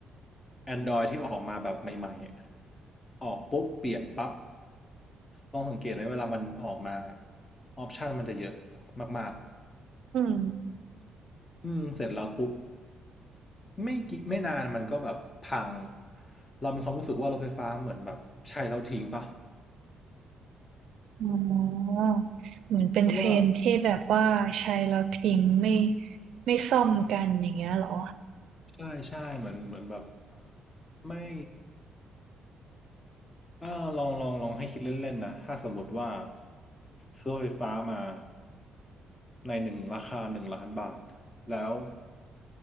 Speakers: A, on the left; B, on the right.
A: Android ที่ออกมาแบบใหม่ๆอะออกปุ๊บเปลี่ยนปั๊บลองสังเกตไหมเวลามันออกมาออปชันมันจะเยอะมาก
B: อืม
A: ๆอืมเสร็จแล้วปุ๊บ ไม่กี่ไม่นานมันก็แบบพังเรามีความรู้สึกว่ารถไฟฟ้าเหมือนแบบใช้แล้วทิ้งปะ
B: อ๋อ เหมือนเป็นเทรนที่แบบว่าใช้แล้วทิ้งไม่
A: เพราะว่า
B: ไม่ซ่อมกันอย่างเงี้ยเหรอ
A: ใช่ใช่เหมือนเหมือนแบบไม่อ่าลองลองลองให้คิดเล่นๆนะถ้าสมมติว่าซื้อรถไฟฟ้ามาในหนึ่งราคาหนึ่งล้านบาทแล้ว